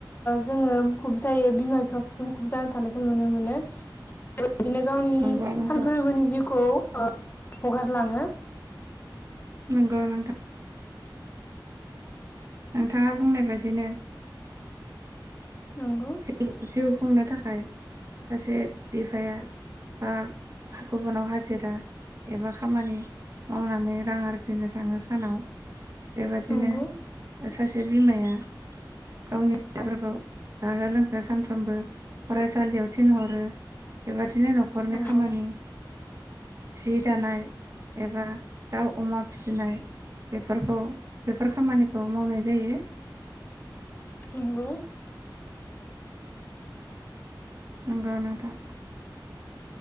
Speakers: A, on the left; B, on the right.
A: जोङो मुखुब जायो बिमा बिफाफोरा मुखुब जानानै थानायखौ नुनो मोनो बिदिनो गावनि
B: नंगौ नोंथां
A: सान फोरबोनि जिउखौ ओ हगारलाङो
B: नंगौ नोंथां नोंथाङा बुंनाय बायदिनो <unintelligible>
A: नंगौ
B: खुंनो थाखाय सासे बिफाया बा गुबुनाव हाजिरा एबा खामानि मावनानै रां आरजिनो थाङो सानाव बेबादिनो
A: नंगौ
B: सासे बिमाया गावनि बेफोरखौ जाहो लोंहो सानफ्रोमबो फरायसालियाव थिनहरो बेबा बिदिनो न'खरनि
A: नंगौ
B: खामानि सि दानाय एबा दाउ अमा फिसिनाय बेफोरखौ बेफोर खामानिखौ मावनाय जायो
A: नंगौ
B: नंगौ नोंथां